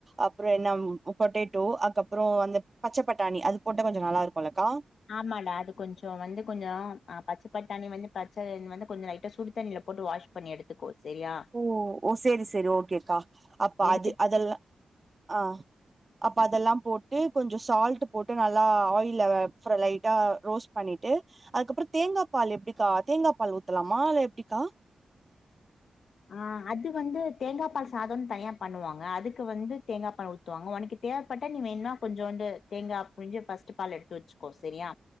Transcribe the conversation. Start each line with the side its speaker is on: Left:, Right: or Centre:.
Right: அப்ரோ என்ன பொட்டேட்டோ அக்கப்பறம் அந்த பச்ச பட்டாணி அது போட்ட கொஞ்ச நல்லா இருக்கும்ல்லக்கா
Left: ஆமாடா அது கொஞ்சோ வந்து கொஞ்ச பச்ச பட்டாணி வந்து பச்ச வந்து கொஞ்சம் லைட்டா சுடு தண்ணில போட்டு வாஷ் பண்ணி எடுத்துக்கோ செரியா
Right: ஓ ஓ செரி செரி ஓகேக்கா அப்ப
Left: எடுத்துட்டு
Right: அது அதெல்லா ஆ அப்ப அதெல்லா போட்டு கொஞ்ச சால்ட் போட்டு நல்லா ஆயில்ல ஆ லைட்டா ரோஸ்ட் பண்ணிட்டு அதுக்கப்றம் தேங்கா பால் எப்படிக்கா தேங்கா பால் ஊத்தலாமா இல்ல எப்டிக்கா
Left: ஆ அது வந்து தேங்கா பால் சாதம்னு தனியா பண்ணுவாங்க அதுக்கு வந்து தேங்கா பால் உத் துவாங்க உனக்கு தேவப்பட்டா நீ வேணும்ன கொஞ்ஜூண்டு தேங்கா புழிஞ்சு ஃபஸ்ட் பால் எடுத்து வச்சுக்கோ செரியா